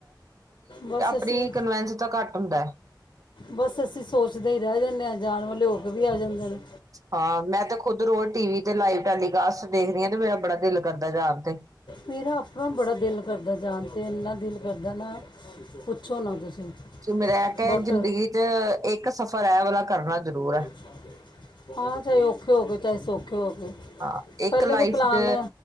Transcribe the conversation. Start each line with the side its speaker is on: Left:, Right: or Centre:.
Left: ਬਸ। ਅਸੀਂ
Right: ਪ੍ਰੀਕਨਵੈਂਸ ਤਾਂ ਘੱਟ ਹੁੰਦਾ ਐ।
Left: ਬਸ ਅਸੀਂ ਸੋਚਦੇ ਈ ਰਹਿ ਜਾਂਦੇ ਆਂ, ਜਾਨ ਵਾਲੇ ਹੋ ਕੇ ਵੀ ਆ ਜਾਂਦੇ ਨੇ।
Right: ਹਾਂ, ਮੈਂ ਤੇ ਖੁਦ ਰੋਜ਼ ਟੀ-ਵੀ ਤੇ ਲਾਈਵ ਟੈਲੀਕਾਸਟ ਦੇਖਦੀ ਆ ਤੇ ਮੇਰਾ ਬੜਾ ਦਿਲ ਕਰਦਾ ਜਾਣ ਤੇ।
Left: ਮੇਰਾ ਆਪਣਾ ਬੜਾ ਦਿਲ ਕਰਦਾ ਜਾਣ ਤੇ ਇੰਨਾ ਦਿਲ ਕਰਦਾ ਨਾ। ਪੁੱਛੋ ਨਾ ਤੁਸੀਂ।
Right: ਕਿ ਮੇਰਾ ਐ ਕਿ
Left: ਬਟ
Right: ਜ਼ਿੰਦਗੀ ਚ ਇੱਕ ਸਫ਼ਰ ਐਹ ਵਾਲਾ ਕਰਨਾ ਜ਼ਰੂਰ ਐ।
Left: <unintelligible> ਹਾਂ, ਚਾਹੇ ਔਖੇ ਹੋ ਗਏ, ਚਾਹੇ ਸੌਖੇ ਹੋ ਗਏ।
Right: ਹਾਂ ਇੱਕ
Left: ਪਹਿਲੇੇ
Right: ਲਾਈਫ
Left: ਦੇ ਪਲਾਨ
Right: 'ਚ